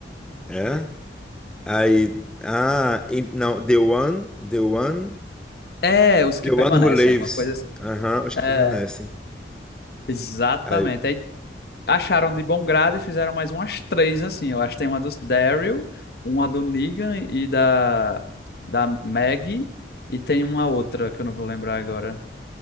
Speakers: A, in the centre; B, on the left.
A: É? Aí. Ah, e- não. The One. The One.
B: É, é os
A: The
B: que permanecem,
A: One Who Lives.
B: alguma coisa assim.
A: Aham, os que
B: É,
A: permanecem.
B: exatamente.
A: Aí,
B: Aí acharam de bom grado e fizeram mais umas três assim. Eu acho que tem uma dos Daryl, uma do Negan e da da Maggie e tem uma outra que eu não vou lembrar agora.